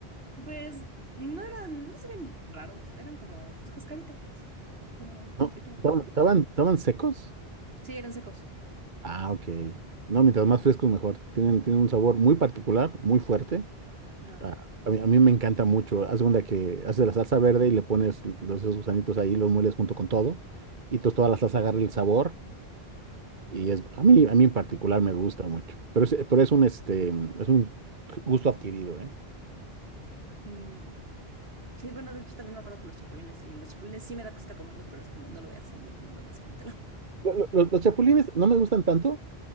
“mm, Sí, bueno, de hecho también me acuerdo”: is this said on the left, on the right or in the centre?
Right